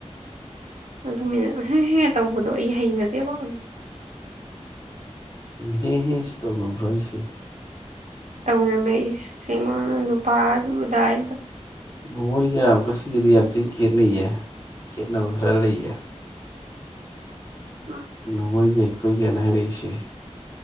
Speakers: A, on the right (about 85°); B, on the left (about 30°).
A: ꯑꯗꯨꯃꯤꯅꯠꯦ ꯇꯧꯕꯗꯣ ꯑꯩ ꯍꯩꯅꯗꯦꯕꯪ
B: ꯍ ꯍ ꯇꯥꯎꯟ ꯑꯣ ꯐ꯭ꯔ ꯏꯁꯤ
A: ꯇꯧꯃꯦ ꯏꯁꯤꯡ ꯅꯨꯄꯥ ꯎꯗꯥꯏ
B: ꯅꯣꯡꯣꯏꯒ ꯑꯀ ꯁꯤꯒꯤꯗꯤ ꯑꯗꯨꯇ ꯈꯦꯠꯅꯩꯌꯦ ꯈꯦꯠꯅ ꯍꯔꯥ ꯂꯩꯦ
A: ꯎꯝ
B: ꯑꯗꯨ ꯑꯣꯏ ꯌꯥꯏ ꯑꯩꯈꯣꯏꯒꯤꯅ ꯍꯥꯏꯔꯛꯏꯁꯤ